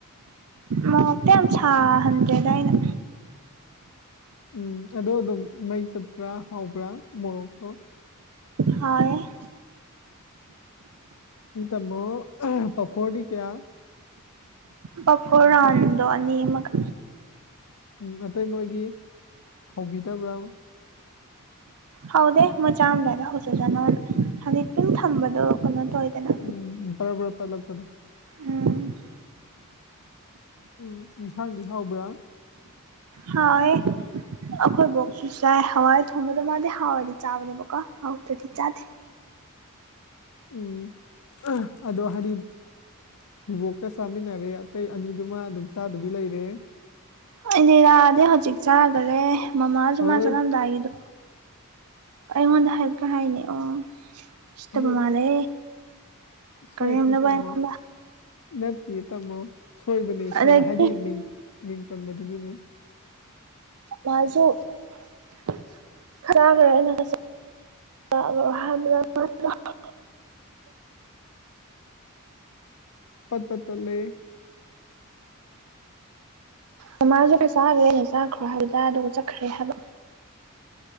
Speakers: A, on the right; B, on the left.
A: ꯃꯣꯛꯇ ꯌꯥꯝ ꯁꯥꯍꯟꯗ꯭ꯔꯦꯗ ꯑꯩꯅ
B: ꯎꯝ ꯑꯗꯣ ꯑꯗꯨꯝ ꯃꯩ ꯆꯠꯄ꯭ꯔꯥ ꯍꯥꯎꯕ꯭ꯔꯥ ꯃꯣꯔꯣꯛꯇꯣ
A: ꯍꯥꯎꯏ
B: ꯇꯃꯣ ꯄꯣꯐꯣꯔꯗꯤ ꯀꯌꯥ
A: ꯄꯐꯣꯔꯥꯟꯗꯣꯅꯤ ꯑꯃꯒꯥ
B: ꯎꯝ ꯑꯇꯩ ꯃꯣꯏꯒꯤ ꯍꯧꯕꯤꯗꯕ꯭ꯔꯥ
A: ꯍꯥꯎꯗꯦ ꯃꯣꯏ ꯆꯥꯝꯗꯥꯔ ꯍꯧꯖꯖꯥꯠꯅꯣꯅ ꯍꯧꯖꯤꯛꯇꯝ ꯊꯝꯕꯗꯣ ꯀꯩꯅꯣ ꯇ ꯑꯣꯏꯗꯅ
B: ꯎꯝ ꯕꯔ ꯕꯔ ꯄꯂꯛꯄꯗ
A: ꯎꯝ
B: ꯎꯝ ꯌꯦꯟꯁꯥꯡꯗꯤ ꯍꯥꯎꯕ꯭ꯔꯥ
A: ꯍꯥꯎꯏ ꯑꯩꯈꯣꯏꯕꯣꯛꯁꯨ ꯆꯥꯏ ꯍꯋꯥꯏ ꯊꯣꯡꯕꯗ ꯃꯥꯗꯤ ꯍꯋꯥꯏꯔꯗꯤ ꯆꯥꯕꯅꯦꯕꯀꯣ ꯍꯥꯎꯔꯗꯤ ꯆꯥꯗꯦ
B: ꯎꯝ ꯑꯗꯣ ꯍꯥꯏꯗꯤ ꯕꯣꯛꯀ ꯆꯥꯃꯤꯟꯅꯔꯦ ꯑꯇꯩ ꯑꯅꯤꯗꯨꯃ ꯑꯗꯨꯝ ꯆꯥꯗꯨꯕꯤ ꯂꯩꯔꯦ
A: ꯑꯩꯅꯤꯔꯥꯗꯤ ꯍꯧꯖꯤꯛ ꯆꯥꯈꯔꯦ ꯃꯃꯥꯁꯨ
B: ꯍꯣꯏ
A: ꯃꯥ ꯆꯠꯂꯝꯗꯥꯏꯒꯤꯗꯣ ꯑꯩꯉꯣꯟꯗ ꯍꯥꯏꯀ ꯍꯥꯏꯅꯤ ꯑꯣ ꯎꯁꯤꯠꯇꯕ
B: ꯍꯦ,
A: ꯃꯥꯜꯂꯦ
B: ꯁꯣꯏꯈ꯭ꯔꯦ
A: ꯀꯥꯔꯦꯝꯅꯕ
B: ꯇꯥꯃꯣ
A: ꯑꯩꯉꯣꯟꯗ
B: ꯅꯠꯇꯦ ꯇꯝꯃꯣ ꯁꯣꯏꯕꯅꯤ ꯁꯣꯏꯕ
A: ꯑꯗꯒꯤ
B: ꯍꯥꯏꯗꯤ ꯃꯤꯡ ꯃꯤꯡ ꯄꯟꯕꯗꯨꯒꯤꯅꯤ
A: ꯃꯥꯏꯁꯨ <unintelligible> <unintelligible> <unintelligible>
B: ꯄꯠ ꯄꯠꯇꯂꯩ
A: ꯃꯥꯃꯥꯒꯤ ꯄꯩꯁꯥ ꯍꯥꯜꯂꯦ ꯆꯥꯈ꯭ꯔꯦꯕ ꯑꯗꯨꯒ ꯑꯗꯨꯒ ꯆꯠꯈ꯭ꯔ ꯍꯥꯏꯕꯥ